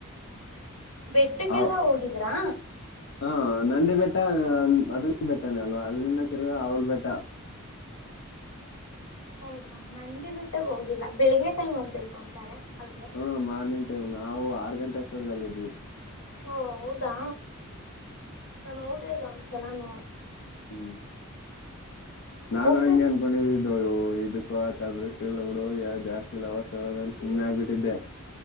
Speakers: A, on the left (about 80°); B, on the left (about 55°).
A: ಬೆಟ್ಟಕ್ಕೆಲ್ಲ
B: ಆ-
A: ಹೋಗಿದ್ರಾ
B: ಹಾ ನಂದಿ ಬೆಟ್ಟ ಮದ ಬೆಟ್ಟನ ಅಲ್ವಾ ಅಲ್ಲಿಂದ ತಿರುಗಿ ಅವಲ್ ಬೆಟ್ಟ
A: ಹೌದಾ ನಂದಿ ಬಿಟ್ಟಗ ಹೋಗಿಲ್ಲ ಬೆಳಿಗ್ಗೆ ಟೈಮ್ ಹೋಗ್ಬೇಕು ಅಂತಾರೆ ಅಲ್ಗೆ
B: ಹ್ಮ ಮಾರ್ನಿಂಗ್ ಟೈಮ್ ನಾವು ಆರು ಗಂಟೆ ಅಷ್ಟೊದ್ಲ್ದ್ವಿ
A: ಓ ಹೌದಾ ನಾನು ಹೋಗಿಲ್ಲ ಒಂದ್ಸಲಾನ
B: ಹ್ಮ್ ನಾ
A: ಹೋಗ್ಬೇಕು
B: ಹಂಗೆ ಅನ್ಕೊಂಡಿದ್ದಿದ್ದು ಇವು ಇದಕ್ಕ ಆಕದ್ರಷ್ಟ ಎಲ್ಲ ಬಿಡು ಯ ಜಾಸ್ತಿ ಇಲ್ಲವ ಅದನ್ ಸುಮ್ನೆ ಆಗ್ಬಿಟ್ಟಿದ್ದೆ